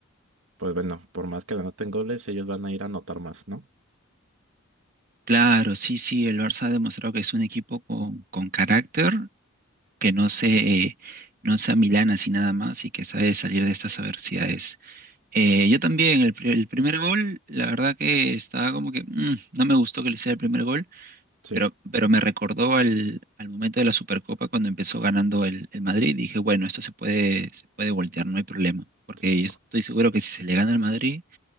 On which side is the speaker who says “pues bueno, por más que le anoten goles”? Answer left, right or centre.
Right